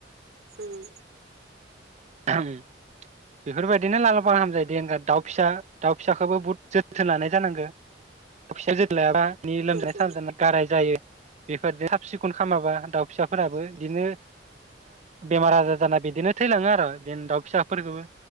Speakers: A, on the right; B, on the right.
A: ओम
B: आहाम बेफोरबायदिनो <unintelligible> द दाउ फिसा दाउ फिसाखौबो बुहुद जोथोन लानाय जानांगौ दाउ फिसा जोथोन लायाबा नि लोमजानाय
A: औ
B: साजानाय
A: औ
B: गाराय जायो। बे <unintelligible> खन खामाबा दाउ फिसाफोराबो बिदिनो बेमार आजार जाना बिदिनो थैलाङो आर' बिदिनो दाउ फिसाफोरखोबो